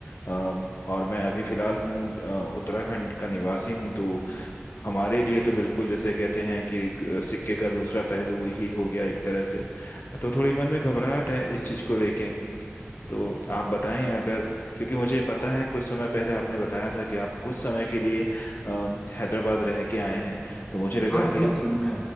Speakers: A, on the left; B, on the left.
A: अ, और मैं अभी फिलहाल हूँ अ, उत्तराखंड का निवासी हूँ तो हमारे लिए तो बिल्कुल जैसे कहते हैं कि एक अ, सिक्के का दूसरा पहलू ही हो गया एक तरह से तो थोड़ी मन में घबराहट है इस चीज़ को लेके तो आप बताएं अगर क्योंकि मुझे पता है कुछ समय पहले आपने बताया था कि आप कुछ समय के लिए अ, हैदराबाद रह के आए हैं तो मुझे लगा
B: हाँ
A: कि
B: जी जी मैं